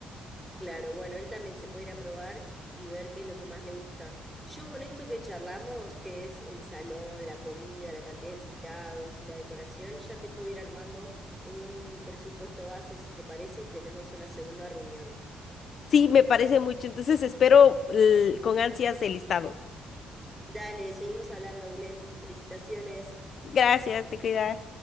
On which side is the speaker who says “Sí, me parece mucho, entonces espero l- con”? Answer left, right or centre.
Left